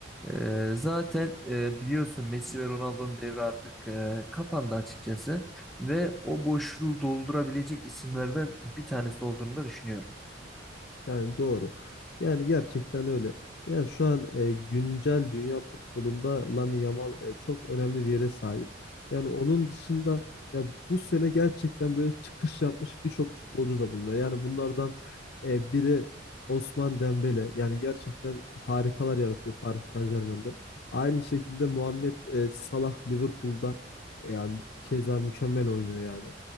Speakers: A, in the centre; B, on the left.
A: E, zaten e, biliyorsun Messi ve Ronaldo'nun devri artık e, kapandı açıkçası ve o boşluğu doldurabilecek isimlerden bir tanesi olduğunu da düşünüyorum.
B: Yani doğru. Yani gerçekten öyle. Yani şu an e, güncel dünya futbolunda Lamine Yamal e, çok önemli bir yere sahip. Yani onun dışında ya bu sene gerçekten böyle çıkış yapmış birçok futbolcu da bunda. Yani bunlardan e, biri Osman Dembele. Yani gerçekten harikalar yaratıyor Paris Saint-Germain'de. Aynı şekilde Muhammed e, Salah Liverpool'da e, yani keza mükemmel oynuyor yani.